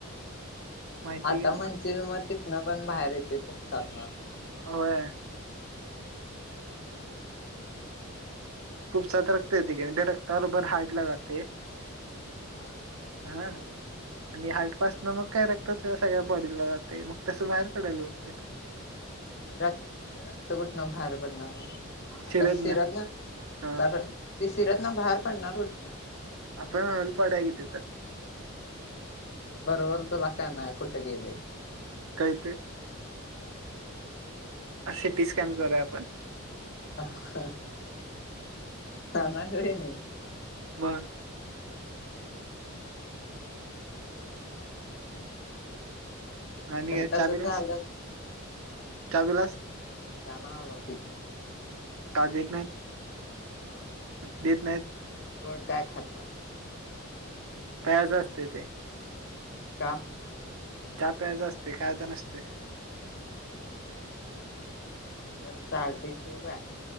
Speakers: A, on the right; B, on the left.
A: माहिती
B: आता
A: आहे की
B: म्हणज
A: मला
B: मग तिथनं पण बाहेर येते फुपसात न.
A: व्हय.
B: वाटलंच
A: फुप्फुसात रक्त येते की त्या रक्ता बरोबर हार्ट ला जातय.
B: हा.
A: हा आणि हार्टपासन
B: हा
A: मग काय रक्त सगळ्या बॉडीला जाते मग तसं बाहेर पडायला होतय.
B: रक्त रक्त गुठण बाहेर पडणार
A: शिरत
B: आता शिरतन
A: ना हा
B: तर ते शिरतं बाहेर पडणार कुठन
A: आपण होल पाडूया की तीथ
B: ते बरोबर तुला कळणार कुठ गेलंय
A: काय ते
B: <unintelligible>
A: सिटीस्कॅन करूया आपण.
B: <unintelligible> सांगाल तो कणी
A: बर.
B: <unintelligible>
A: आणि
B: तर
A: काय
B: तसच
A: चहा पिलास
B: झालं
A: चहा पिलास
B: चहा नाही बाबा पित नाही.
A: का देत नाहीत
B: हा
A: देत नाहीत.
B: गोड काय खात नाही.
A: प्यायच असतय ते
B: का
A: चहा प्यायचा असतय खायचा नसतय.
B: अरे बरं चालते ठेव -